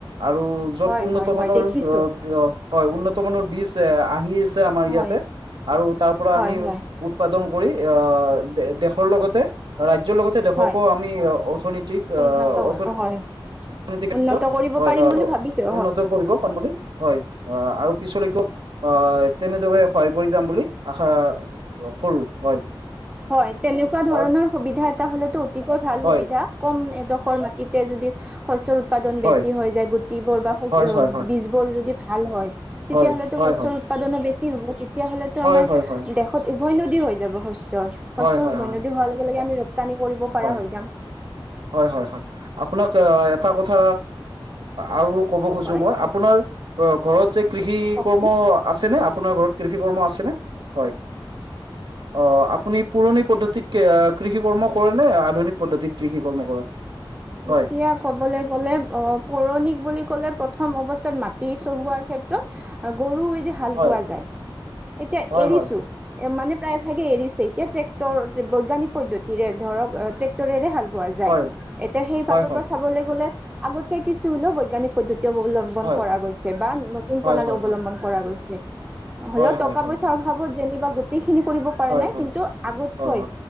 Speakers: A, on the right (about 70°); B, on the right (about 15°).
A: আৰু যত
B: হয়
A: উন্নত
B: হয়
A: মানৰ
B: হয় দেখিছো
A: অ হয় উন্নত মানৰ বীজ এ আহি। আমাৰ ইয়াতে
B: হয়
A: আৰু তাৰ পৰা
B: হয়
A: আমি
B: হয়
A: উৎপাদন আহ দেশৰ লগতে ৰাজ ৰাজ্যৰ লগতে দেশকো
B: হয়
A: আমি অৰ্থনীতিক
B: উন্নত
A: অৰ্তি
B: কৰ হয়
A: অৰ্থনীতি ক্ষেত্ৰত
B: উন্নত কৰিব
A: হয়
B: পাৰিম
A: হয়
B: বুলি ভাবিছো
A: উন্নত কৰিব পাম বুলি হয় অ আৰু পিছলৈকে অ তেনেদৰে সহায় কৰি যাম বুলি আশা কৰো হয়।
B: হয় তেনেকুৱা
A: হয়
B: ধৰণৰ সুবিধা এটা হলেতো অতিকৈ ভাল
A: হয়
B: সুবিধা কম এডখ মাটিতে যদি শস্য উৎপাদন
A: হয়
B: বেছি হৈ যায় গুটিবোৰ বা
A: হয়
B: শ
A: হয় হয়
B: বীজ বোৰ যদি ভাল হয়
A: হয়,
B: তেতিয়াাহ'লেতো
A: হয়,
B: শস্যৰ
A: হয়,
B: উৎপাদনো বেছি তেতিয় হ'লেতো
A: হয়,
B: আমাৰ
A: হয়, হয়,
B: দেশত উভয় নদী হৈ যাব শস্য শস্যৰ
A: হয়, হয়,
B: উভয়
A: হয়, হয়,
B: নদী হোৱাৰ লগে লগে আমি ৰপ্তানি কৰিব পৰা
A: হয়,
B: হৈ যাম
A: হয় হয় হয় আপোনাক এটা কথা আৰু ক'ব খোজো
B: হয়
A: মই আপোনাৰ ঘৰত যে কৃষি
B: কওকচোন
A: কৰ্ম আছে নে আপোনাৰ ঘৰত কৃষি কৰ্ম আছে। নে হয় অ আপ পুৰণি পদ্ধতিত কৃষি কৰ্ম কৰে নে আধুনিক পদ্ধতিত কৃষি কৰ্ম কৰে হয়,
B: এতিয়া কবলৈ গ'লে অ পৌৰণিক বুলি ক'লে প্ৰথম অৱস্থা মাটি চহোৱাৰ ক্ষেত্ৰত গৰু হাল
A: হয়,
B: বোৱা যায় এতিয়া
A: হয়,
B: এৰিছো
A: হয়,
B: মানে প্ৰায়ভাগে এৰিছে এতিয়া ট্ৰেক্টৰ বৈজ্ঞানিক পদ্ধতিৰে ধৰক ট্ৰেক্টৰে হাল পোৱা যায়
A: হয়,
B: এতিয়া সেই
A: হয়,
B: ভাগৰ
A: হয়,
B: পৰা চাবলৈ গ'লে আগতকে কিছু হলেও বৈজ্ঞানিক পদ্ধতি অৱলম্বন
A: হয়,
B: কৰা গৈছে বা নতুন
A: হয়,
B: প্ৰণালী
A: হয়,
B: অৱলম্বন
A: হয়,
B: কৰা গৈছে হ'লেও
A: হয়, হয়,
B: টকা পইচাৰ
A: হয়,
B: অভাৱত যেনিবা গোটেই খিনি কৰিব পৰা
A: হয়,
B: নাই
A: হয়, হয়,
B: কিন্তু আগতকৈ
A: হয়, হয়, হয়, হয়,